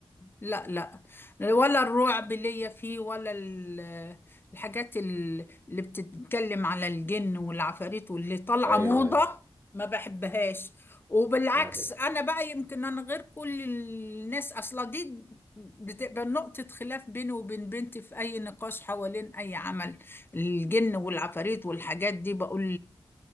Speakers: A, on the left; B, on the right.
A: لا لا ولا الرعب ليا فيه ولا ال- الحاجات ال- اللي بتتكلم على الجن والعفاريت واللي طالعه
B: أيوة
A: موضه
B: أيوة
A: ما بحبهاش وبالعكس
B: ده حقيقة
A: انا بقى يمكن انا غير كل الناس اصلا دي بتبقى نقطة خلاف بينه وبين بنتي في أي نقاش حوالين أي عمل الجن والعفاريت والحاجات دي بقول